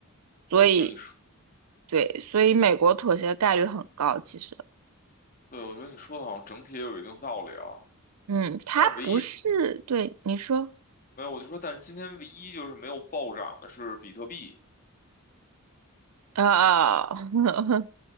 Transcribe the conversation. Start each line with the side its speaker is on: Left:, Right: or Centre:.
Right: 所以
Left: 对，我觉得你说，
Right: 对，所以美国妥协概率很高，其实。
Left: 对，我觉得你说的好像整体也有一定道理啊。
Right: 嗯，他不是，
Left: 但是唯一
Right: 对，你说，
Left: 没有，我就说，但是今天唯一就是没有暴涨的是比特币，
Right: 啊？<laughs>